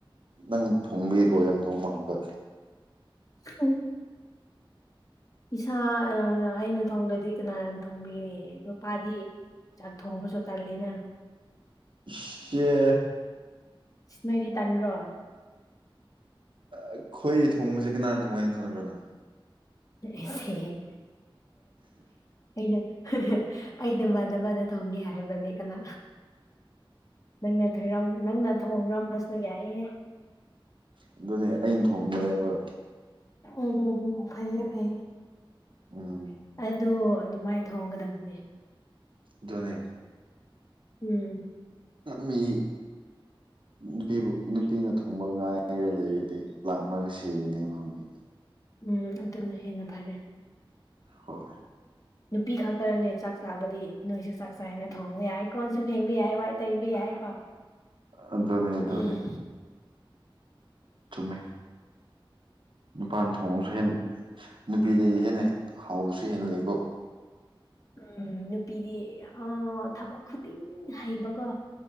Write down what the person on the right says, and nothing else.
ꯅꯪ ꯊꯣꯡꯕꯩ ꯑꯣꯏꯔꯝꯗꯧ ꯃꯥꯟꯕ
ꯏꯁ ꯌꯦ
ꯑꯈꯣꯏ ꯊꯣꯡꯕꯁꯦ ꯀꯅꯥꯅ ꯊꯣꯡꯉꯦ ꯈꯟꯕ꯭ꯔꯣ ꯅꯪ
ꯑꯗꯨꯅꯦ ꯑꯩꯟ ꯊꯣꯡꯕꯅꯦꯕ
ꯎꯝ
ꯗꯨꯅꯦ
ꯃꯤ ꯅꯨꯄꯤꯕꯨ ꯅꯨꯄꯤꯅ ꯊꯣꯡꯕ ꯉꯥꯏꯔ ꯂꯩꯔꯗꯤ <unintelligible> ꯁꯤꯒꯅꯤ ꯃꯕꯤ
ꯍꯣꯏ
ꯑꯗꯨꯅꯦ ꯑꯗꯨꯅꯦ
ꯆꯨꯝꯃꯦ ꯅꯨꯄꯥꯅ ꯊꯣꯡꯉꯁꯨ ꯍꯦꯟ ꯅꯨꯄꯤꯗꯒꯤ ꯍꯦꯟꯅ ꯍꯥꯎꯕꯁꯨ ꯍꯦꯟꯂꯦꯀꯣ